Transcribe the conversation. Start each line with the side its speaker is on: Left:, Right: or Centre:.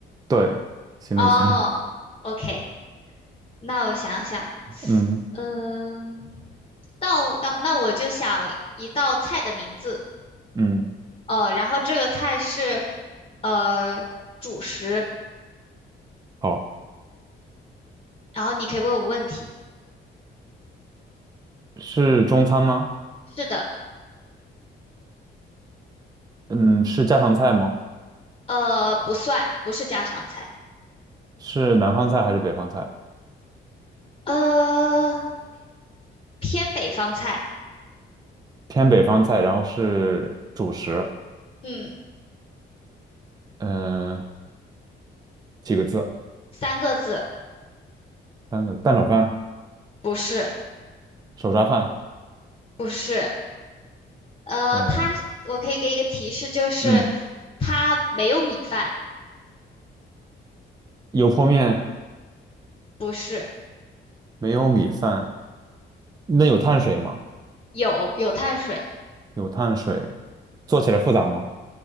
Right: 对，行李箱。
Left: 哦，OK，那我想想，
Right: 嗯
Left: 嗯，道道，那我就想一道菜的名字，
Right: 嗯，
Left: 哦，然后这个菜是呃主食，
Right: 好，
Left: 然后你可以问我问题，
Right: 是中餐吗？
Left: 是的。
Right: 嗯，是家常菜吗？
Left: 呃，不算，不是家常菜，
Right: 是南方菜还是北方菜？
Left: 呃，偏北方菜，
Right: 偏北方菜，然后是主食。
Left: 嗯，
Right: 嗯、几个字？
Left: 三个字，
Right: 三个蛋炒饭、
Left: 不是，
Right: 手抓饭，
Left: 不是，呃，
Right: 呃
Left: 它，我可以给一个提示，就是
Right: 嗯，
Left: 它没有米饭，
Right: 有泡面，
Left: 不是，
Right: 没有米饭，那有碳水吗？
Left: 有有碳水，
Right: 有碳水，做起来复杂吗？